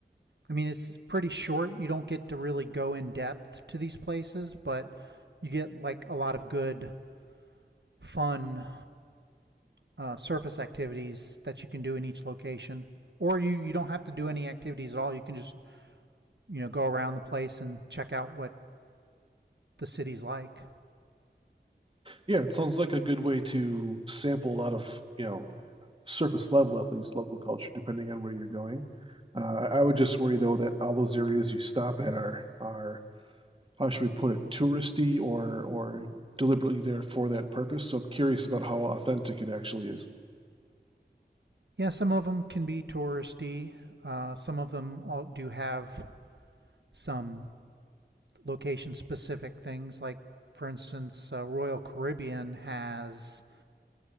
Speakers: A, on the right; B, on the right.
A: I mean, it's pretty short. You don't get to really go in depth to these places, but you get like a lot of good fun uh, surface activities that you can do in each location. Or you, you don't have to do any activities at all. You can just, you know, go around the place and check out what the city's like.
B: Yeah, it sounds like a good way to sample a lot of, you know, surface level at least local culture, depending on where you're going. Uh, I I would just worry though that all those areas you stop at are are how should we put it, touristy or, or deliberately there for that purpose. So I'm curious about how authentic it actually is.
A: Yeah, some of them can be touristy. Uh, some of them all do have some location specific things. Like, for instance, uh, Royal Caribbean has